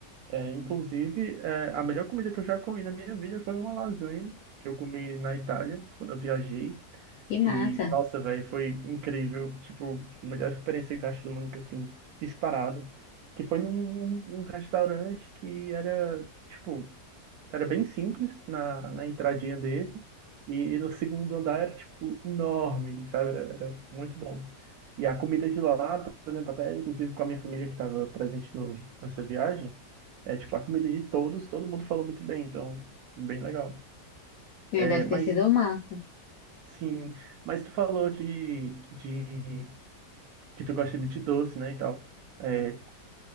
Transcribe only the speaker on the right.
É, inclusive, é, a melhor comida que eu já comi na minha vida foi uma lasanha que eu comi na Itália, quando eu viajei.
E, nossa, velho, foi incrível. Tipo, a melhor experiência gastronômica, assim, disparado. Que foi num, num restaurante que era, tipo, era bem simples na, na entradinha dele. E no segundo andar era, tipo, enorme, sabe? Era, era muito bom. E a comida de lá, por exemplo, até inclusive com a minha família que estava presente no, nessa viagem, é tipo, a comida de todos, todo mundo falou muito bem, então, bem legal.
É,
mas,
sim, mas tu falou de, de que tu gosta muito de doce, né, e tal. É,